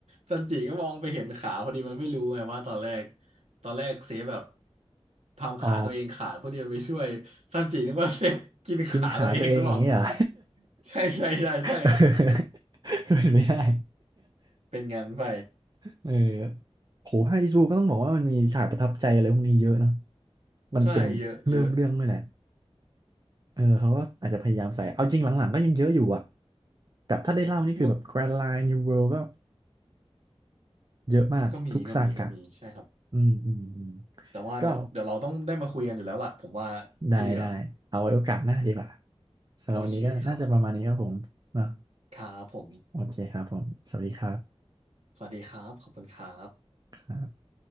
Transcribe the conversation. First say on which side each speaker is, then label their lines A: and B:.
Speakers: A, on the right (about 80°); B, on the right (about 40°).
A: ซันจิก็มองไปเห็นขาพอดีมันไม่รู้ไงว่าตอนแรกตอนแรกเซฟแบบทำขาตัวเองขาดเพื่อที่จะไปช่วยซันจินึกว่าเซฟกินขาตัวเองหรือเปล่า
B: อ๋อกินขาตัวเองอย่างนี้เหรอ
A: <laughs> ใช่ใช่ใช่ใช่
B: <laughs> เป็ <laughs> นไม่ได้
A: เป็นงานไป
B: เออโหภาคอีสบูก็ต้องบอกว่ามันมีฉากประทับใจอะไรพวกนี้เยอะเนาะมันเป็นเริ่มเรื่องด้วยแหละ
A: ใช่เยอะเยอะ
B: เออเขาก็อาจจะพยายามใส่เอาจริงหลังๆก็ยังเยอะอยู่อะแบบถ้าได้เล่านี่คือแบบ
A: มื
B: Grand Line New World ก็เยอะมากทุกซากะ
A: ก็มีก็มีก็มีใช่ครับ
B: อืมอืมอืม
A: แต่ว่าเดี๋ยวเดี๋ยวเราต้องได้มาคุยกันอยู่แล้วล่ะผมว่าที่เหลือ
B: ก็ได้ได้เอาไว้โอกาสหน้าดีกว่าสำหรับวันนี้ก็น่าจะประมาณนี้ครับผมเนาะ
A: โอเคครับครับผม
B: โอเคครับผม สวัสดีครับ
A: สวัสดีครับ ขอบคุณครับ
B: ครับ